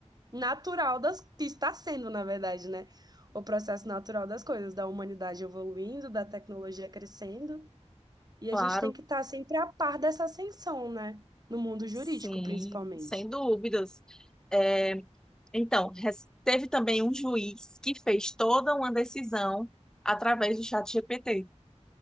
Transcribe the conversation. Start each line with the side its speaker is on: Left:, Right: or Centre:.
Right: natural das que está sendo, na verdade, né? O processo natural das coisas, da humanidade evoluindo, da tecnologia crescendo. E a
Centre: claro,
Right: gente tem que estar sempre a par dessa ascensão, né? No mundo jurídico,
Centre: sim,
Right: principalmente.
Centre: sem dúvidas. É, então, res- teve também um juiz que fez toda uma decisão através do chat GPT